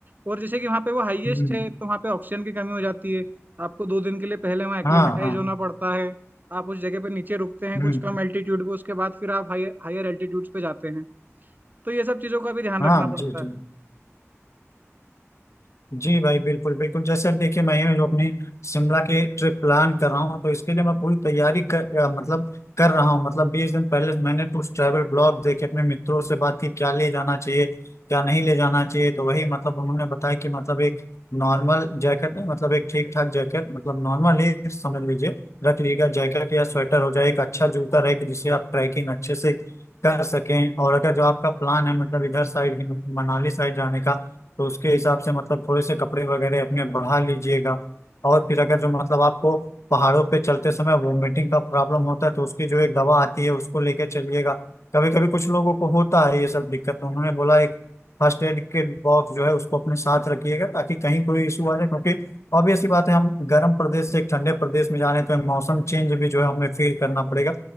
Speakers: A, on the right (about 40°); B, on the left (about 70°).
A: और जैसे कि वहाँ पे वो हाईएस्ट
B: हम्म
A: है तो वहाँ पे ऑक्सीजन की कमी हो जाती है आपको दो दिन के लिए पहले वहाँ एक्लेमेटाइज
B: हाँ हाँ
A: होना पड़ता है आप उस जगह पे नीचे रुकते हैं
B: हम्म
A: कुछ कम एल्टीट्यूड पे उसके बाद फिर आप हायर हायर एल्टीट्यूड्स पे जाते हैं तो ये सब चीज़ों का भी ध्यान
B: हाँ
A: रखना पड़ता
B: जी जी
A: है
B: जी भाई बिल्कुल बिल्कुल जैसे अब देखिए मैं ही अपनी शिमला की ट्रिप प्लान कर रहा हूँ तो इसके लिए मैं पूरी तैयारी कर अ, मतलब कर रहा हूँ मतलब बीस दिन पहले से मैंने टूर ट्रैवल ब्लॉग देखे अपने मित्रों से बात की क्या ले जाना चाहिए क्या नहीं ले जाना चाहिए तो वही मतलब उन्होंने बताया कि मतलब एक नॉर्मल जैकेट मतलब एक ठीक ठाक जैकेट मतलब नॉर्मल ही समझ लीजिए रख लीजिएगा जैकेट या स्वेटर हो जाए एक अच्छा जूता रहे कि जिससे आप ट्रैकिंग अच्छे से कर सकें और अगर जो आपका प्लान है मतलब इधर साइड मनाली साइड जाने का तो उसके हिसाब से मतलब थोड़े से कपड़े वगैरह अपने बढ़ा लीजिएगा और फिर अगर जो मतलब आपको पहाड़ों पे चलते समय वोमिटिंग का प्रॉब्लम होता है तो उसकी जो एक दवा आती है उसको लेके चलिएगा कभी कभी कुछ लोगों को होता है ये सब दिक्कत तो उन्होंने बोला एक फर्स्ट एड किट बॉक्स जो है उसको अपने साथ रखिएगा ताकि कहीं कोई इशू आ जाए क्योंकि ऑब्वियस सी बात है हम गर्म प्रदेश से एक ठंडे प्रदेश में जाने तो मौसम चेंज भी जो है हमें फील करना पड़ेगा